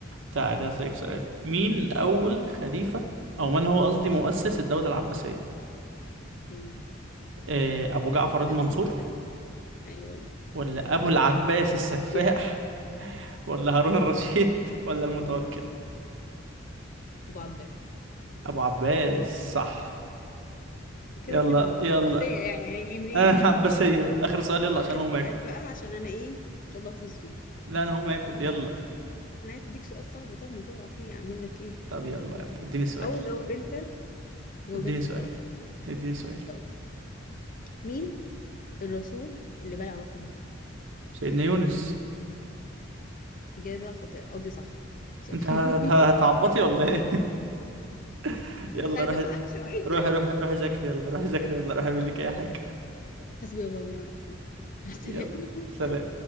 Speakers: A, on the right; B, on the left.
A: تعالي هسألك سؤال مين اول خليفة او من هو قصدي مؤسس الدولة العباسية
B: مم.
A: آه ابو جعفر
B: اكيد واحد
A: المنصور
B: اسمه عباس أيوه
A: ولا ابو العباس السفاح
B: <laughs>
A: ولا هارون الرشيد ولا المتوكل
B: أبو عباس
A: ابو عباس صح
B: كده
A: يلا
B: كده ما
A: يلا
B: هو عباسية يعني هيجي
A: <laughs>
B: منين
A: آه
B: <laughs>
A: عباسية أهو. آخر سؤال يلا عشان
B: آخر
A: هو
B: سؤال
A: ما ياكل
B: بقى عشان أنا إيه إن شاء الله أفوز فيه
A: لا أنا هو ما ياكل يلا
B: انا عايز اديك سؤال صعب طب ما تقع فيه اعمل لك ايه
A: طب يلا
B: يعني-
A: يلا اديني سؤال
B: او جاوب انت جاوب
A: اديني
B: انت
A: سؤال
B: سؤال غلط
A: اديني سؤال
B: طيب مين الرسول اللي بلعه الحوت
A: سيدنا يونس
B: اجابه خاطئه قصدي صح سوري
A: أنت
B: <laughs>
A: هت- هتعبطي ولا إيه <laughs>
B: انا
A: يلا
B: كنت عايزه
A: روح
B: اوقعك شويه
A: روح روح روح ذاكري يلا روح ذاكري ولا روح اعمل لك أي حاجة
B: <laughs> حسبي الله ونعم الوكيل مع السلامه
A: يلا سلام